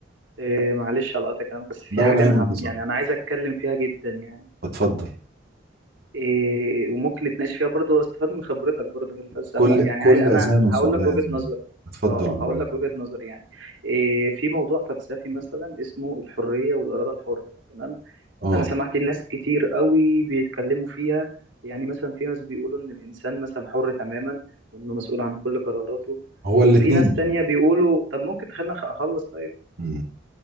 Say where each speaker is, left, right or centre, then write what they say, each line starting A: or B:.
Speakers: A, on the right (about 85°); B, on the right (about 55°).
A: إيه معلش على قطع كلامك بس في
B: ده
A: حاجه
B: ولا
A: انا
B: يهمك
A: هم
B: يا صاحبي
A: يعني انا عايز اتكلم فيها جدا يعني
B: اتفضل
A: إيه وممكن نتناقش فيها برضو واستفاد من خبرتك برضو في الفلسفه
B: كل
A: يعني
B: كل
A: عايز انا
B: أذان
A: هقول
B: صاغية
A: لك وجهه
B: يا زميلي
A: نظري
B: اتفضل
A: اه آه، هقول
B: قول يا زميلي.
A: لك وجهه نظري يعني إيه في موضوع فلسفي مثلا اسمه الحريه والاراده الحره تمام
B: اه
A: انا سمعت الناس كتير قوي بيتكلموا فيها يعني مثلا في ناس بيقولوا ان الانسان مثلا حر تماما وانه مسؤول عن كل قراراته
B: هو الاتنين
A: وفي ناس تانية
B: خلي بالك.
A: بيقولوا طب ممكن تخلينا أخ- اخلص طيب
B: مم.